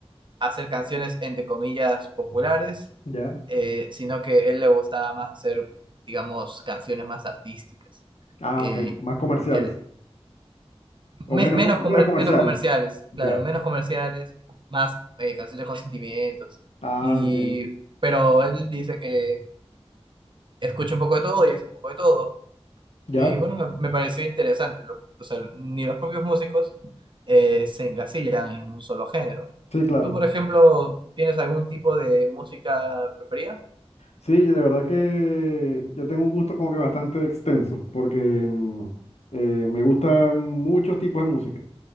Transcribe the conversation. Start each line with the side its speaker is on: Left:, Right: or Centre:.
Right: hacer canciones entre comillas populares,
Left: ya.
Right: eh, sino que él le gustaba más hacer, digamos, canciones más artísticas.
Left: Ah,
Right: Eh,
Left: ok, más comerciales.
Right: él
Left: O
Right: me-
Left: menos,
Right: menos,
Left: co-
Right: comer-
Left: menos comerciales.
Right: menos comerciales, claro,
Left: Ya.
Right: menos comerciales, más eh, canciones con sentimientos.
Left: Ah,
Right: Y,
Left: entiendo.
Right: pero él dice que escucha un poco de todo y hace un poco de todo.
Left: Ya.
Right: Y bueno, me, me pareció interesante. lo- o sea, ni los propios músicos eh, se encasillan en un solo género.
Left: Sí, claro.
Right: ¿Tú, por ejemplo, tienes algún tipo de música preferida?
Left: Sí, de verdad que yo tengo un gusto como que bastante extenso, porque mm, eh, me gustan muchos tipos de música.